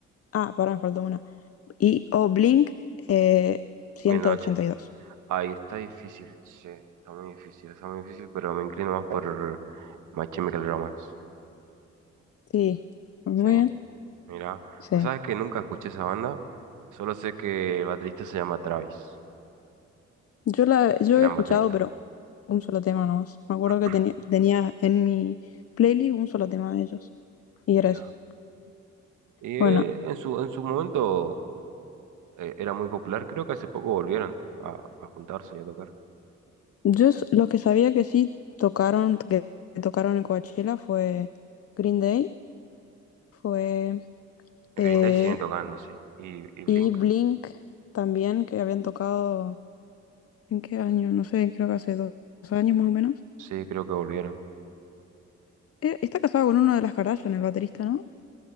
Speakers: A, on the left; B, on the right.
A: Ah, pará, me faltó una. Y Oblink eh, ciento
B: Mil noches.
A: ochenta y dos
B: Ahí está difícil, che, está muy difícil, está muy difícil, pero me inclino más por My Chemical Romance.
A: Sí, muy
B: Sí,
A: bien.
B: mira.
A: Sí.
B: O sabes que nunca escuché esa banda, solo sé que el baterista se llama Travis,
A: Yo, la, yo
B: gran
A: había escuchado,
B: baterista.
A: pero un solo tema nomás. Me acuerdo
B: <clears throat>
A: que tenía, tenía en mi playlist un solo tema de ellos. Y era
B: Mira.
A: ese.
B: Y eh,
A: Bueno,
B: en su, en su momento eh, era muy popular, creo que hace poco volvieron a, a juntarse y a tocar.
A: yo s- los que sabía que sí tocaron, que tocaron en Coachella fue Green Day, fue
B: Green
A: eh,
B: Day siguen tocando, sí. Y, y Blink,
A: y Blink también, que habían tocado ¿en qué año? No sé, creo que hace dos, dos años más o menos.
B: sí, creo que volvieron.
A: Eh, está casado con uno de las Kardashian, el baterista, ¿no?